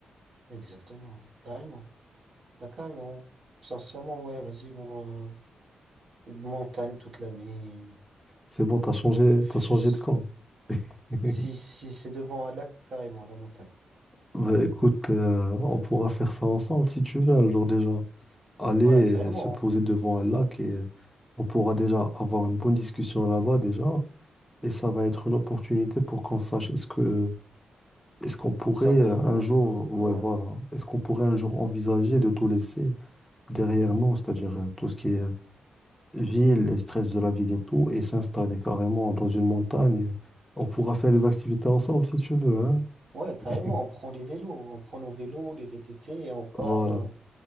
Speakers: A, on the right; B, in the centre.
A: Exactement, carrément. Bah, carrément. Sincèrement, ouais, vas-y, mon, euh, montagne toute l'année.
B: C'est bon, t'as changé,
A: Pff,
B: t'as changé de camp. <laughs>
A: Si, si c'est devant un lac, carrément, la montagne.
B: Bah écoute, euh, on pourra faire ça ensemble si tu veux un jour déjà. aller
A: Ouais, carrément.
B: euh, se poser devant
A: hein.
B: un lac et on pourra déjà avoir une bonne discussion là-bas déjà. Et ça
A: Carré-
B: va être une opportunité
A: ouais.
B: pour qu'on sache est-ce que est-ce qu'on pourrait
A: Ça vaut
B: euh,
A: le coup
B: un
A: ou
B: jour,
A: pas?
B: ouais
A: Ouais.
B: voilà, est-ce qu'on pourrait un jour envisager de tout laisser derrière nous, c'est-à-dire euh, tout ce qui est euh, ville, les stress de la ville et tout, et s'installer carrément dans une montagne. On pourra faire des activités ensemble si tu veux, hein.
A: Ouais, carrément,
B: <laughs>
A: on prend les vélos, on prend nos vélos, les VTT, et on part,
B: Voilà.
A: on,